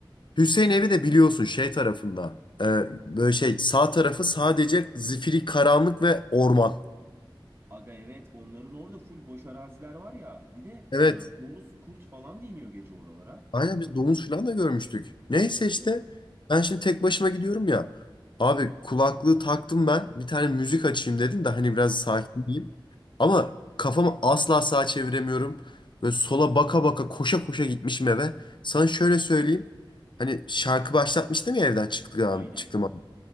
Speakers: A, on the left; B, on the right.
A: Hüseyin evi de biliyorsun şey tarafında. Ee, böyle şey sağ tarafı sadece zifiri karanlık ve orman.
B: Aga evet onların orada full boş araziler var ya. Bir de
A: Evet
B: e, domuz kurt falan da iniyor gece oralara.
A: Aynen biz domuz falan da görmüştük. Neyse işte
B: Evet,
A: ben şimdi tek başıma gidiyorum ya. Abi kulaklığı taktım ben. Bir tane müzik açayım dedim de hani biraz sakinleyeyim. Ama kafamı asla sağa çeviremiyorum. Böyle sola baka baka koşa koşa gitmişim eve. Sana şöyle söyleyeyim. Hani şarkı başlatmıştım ya evden çıktığım,
B: aynen.
A: an, çıktığım an.